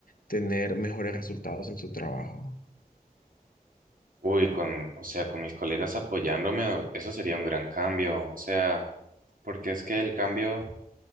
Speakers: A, on the left; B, on the right.
A: tener mejores resultados en tu trabajo?
B: Uy, con, o sea, con mis colegas apoyándome, o- eso sería un gran cambio. O sea, porque es que el cambio...